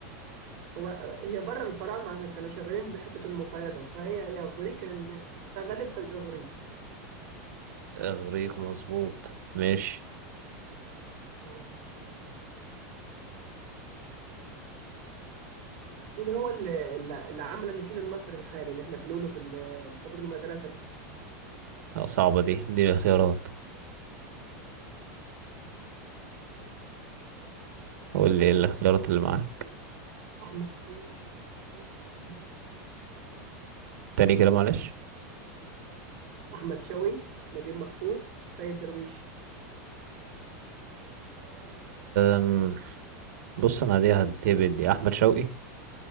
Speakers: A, on the right (about 45°); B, on the right (about 80°).
A: هو هي بره الفراعنة عشان كانوا شغالين بحتة المقايضة فهي هي إغريق يا يونان فغالبا الإغريق
B: اغريق مظبوط ماشي
A: تمام مين هو اللي, اللي اللي عمل النشيد المصري الحالي اللي احنا بنقوله في ال- في طابور المدرسة ده؟
B: لا، صعبة دي دي الاختيارات قول لي ايه الاختيارات
A: نجيب محفوظ
B: اللي معاك
A: أحمد شوقي نجيب محفوظ سيد درويش
B: تاني كده معلش
A: أحمد شوقي نجيب محفوظ سيد درويش
B: أم... بص انا دي هتتهبد دي احمد شوقي